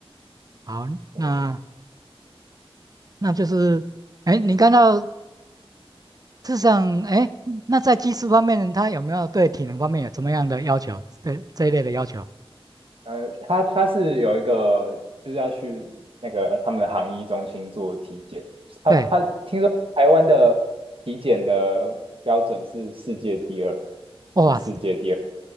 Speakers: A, on the right; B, on the right.
A: 好，那。
B: 我
A: 那就是，哎，你看到事实上，哎，那在技术方面，他有没有对体能方面有什么样的要求？对这一类的要求？
B: 呃，他他是有一个就是要去那个他们的航医中心做体检，他他听说台湾的体检的标准是世界第二，
A: 对，
B: 就是世界第二
A: 哇，是